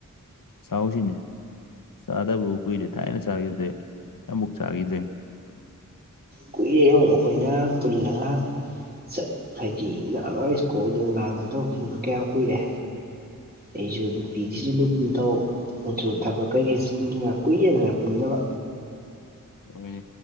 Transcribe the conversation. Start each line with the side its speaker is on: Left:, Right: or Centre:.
Left: ꯆꯥꯛꯁꯤꯅꯦ ꯆꯥꯗꯕ ꯀꯨꯏꯔꯦ ꯊꯥꯏꯅ ꯆꯥꯈꯤꯗ꯭ꯔꯦ ꯑꯃꯨꯛ ꯆꯥꯈꯤꯗ꯭ꯔꯦ
Right: ꯀꯨꯏꯌꯣ ꯑꯩꯈꯣꯏꯅ ꯄꯨꯜꯂꯒ ꯆꯠ ꯍꯥꯏꯗꯤ ꯅꯍꯥꯟꯋꯥꯏ ꯁ꯭ꯀꯣꯜꯗꯅ ꯅꯍꯒꯣꯟ ꯇꯧꯈꯤꯕꯗꯨ ꯀꯌꯥꯝ ꯀꯨꯏꯔꯦ ꯑꯩꯁꯨ ꯅꯨꯄꯤꯁꯤ ꯂ ꯅꯤꯡꯊꯧ <unintelligible> ꯑꯗꯨ ꯊꯕꯛ ꯀꯩꯀꯩ ꯁꯤꯟꯒ ꯀꯨꯏꯌꯦꯗꯅ ꯄꯨꯟꯟꯅꯕ
Left: ꯍꯣꯏꯅꯦ